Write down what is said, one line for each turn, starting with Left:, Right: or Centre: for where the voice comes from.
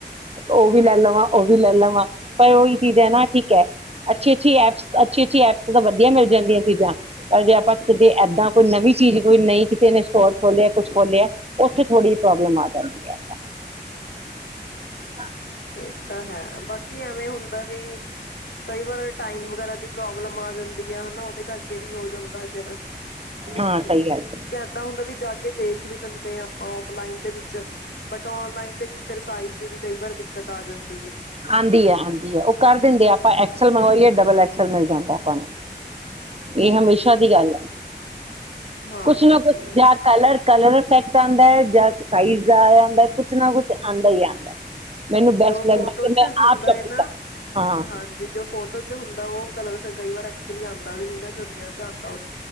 Right: ਉਹ ਵੀ ਲੈ ਲਵਾਂ ਉਹ ਵੀ ਲੈ ਲਵਾਂ ਪਰ ਉਹੀ ਚੀਜ਼ ਹੈ ਨਾ ਠੀਕ ਹੈ ਅੱਛੀ ਅੱਛੀ ਐਪਸ ਅੱਛੀ ਅੱਛੀ ਐਪਸ ਤਾਂ ਵਧੀਆ ਮਿਲ ਜਾਂਦੀਆਂ ਚੀਜ਼ਾਂ ਪਰ ਜੇ ਆਪਾਂ ਏਦਾਂ ਕੋਈ ਨਵੀਂ ਚੀਜ਼ ਕੋਈ ਨ ਕਿਸੇ ਨੇ ਸਟੋਰ ਖੋਲਿਆ ਕੁਛ ਖੋਲਿਆ ਉੱਥੇ ਥੋੜ੍ਹੀ ਜਿਹੀ ਪ੍ਰੋਬਲਮ ਆ ਜਾਂਦੀ ਹੈ ਹਾਂ
Left: ਇਹ ਤਾਂ ਹੈ ਬਾਕੀ ਐਵੇਂ ਹੁੰਦਾ ਵੀ ਕਈ ਵਾਰ ਟਾਈਮ ਵਗੈਰਾ ਦੇ ਪ੍ਰੋਬਲਮ ਆ ਜਾਂਦੀ ਹੈ ਹਨਾ ਉਹਦੇ ਕਰਕੇ ਵੀ ਹੋ ਜਾਂਦਾ ਫਿਰ ਵੀ
Right: ਹਾਂ ਸਹੀ ਗੱਲ
Left: ਇੱਦਾਂ ਹੁੰਦਾ ਵੀ ਜਾ ਕੇ ਦੇਖ ਵੀ ਲੈਂਦੇ ਆਾਂ ਆਪਾਂ ਔਫਲਾਈਨ ਦੇ ਵਿੱਚ ਬਟ ਔਨਲਾਈਨ ਦੇ ਵੀ ਫੇਿਰ ਸਾਈਜ਼ ਦੀ ਵੀ ਕਈ ਵਾਰਖ ਆਜਾ
Right: ਆਉਂਦੀ ਆ ਆਉਂਦੀ ਹੈ ਉਹ ਕਰ ਦਿੰਦੇ ਆਪਾਂ ਐਕਸਲ ਮੰਗਵਾਈਏ ਡਬਲ ਐਕਸਲ ਮਿਲ ਜਾਂਦਾ ਆਪਾਂ ਨੂੰ ਇਹ ਹਮੇਸ਼ਾ ਦੀ ਗੱਲ ਹੈ
Left: ਹਾਂਜੀ
Right: ਕੁਛ ਨਾ ਕੁਛ ਜ ਕਲਰ ਕਲਰ ਇਫੈਕਟ ਆਉਂਦਾ ਹੈ ਜਾਂ ਸਾਈਜ਼ ਦਾ ਆਉਦਾ ਕੁਛ ਨਾ ਕੁਛ ਆਉਂਦਾ ਹੀ ਆਉਂਦਾ ਮੈਨੂੰ ਬੈਸਟ
Left: ਜੋ
Right: ਲੱਗਦਾ
Left: ਫੋਟੋ
Right: ਕਿ
Left: ਚ
Right: ਮੈਂ
Left: ਹੁੰਦਾ
Right: ਆਪ ਸ਼ੋਪਿੰਗ
Left: ਨਾ
Right: ਕਰ ਹਾਂ
Left: ਹਾਂਜੀ ਜੋ ਫੋਟੋ ਹੁੰਦਾ ਉਹ ਕਲਰ ਫਿਰ ਕਈ ਵਾਰ ਚਲੀ ਆਉਂਦਾ ਵੀ ਨੀ ਨਾ ਰੀਅਲ ਜਾਂਦਾ